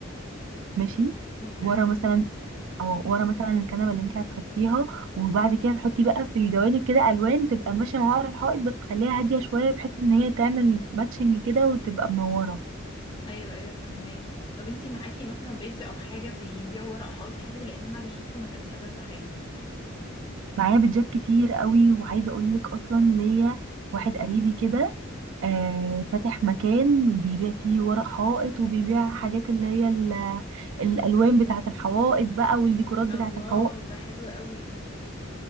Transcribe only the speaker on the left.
اوكي
ايوه ايوه فهماكي طب انتي معاكي مثلا بيج او حاجة بيبيعوا ورق حائط حلو لان انا اللي شفته ما كانش ألذ حاجة
الله
ده حلو قوي